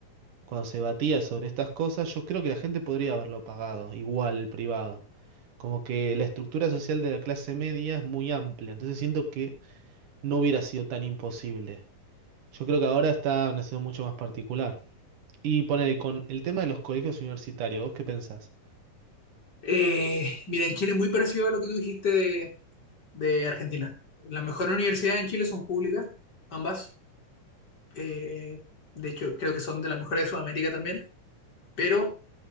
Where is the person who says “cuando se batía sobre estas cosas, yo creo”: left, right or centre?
Right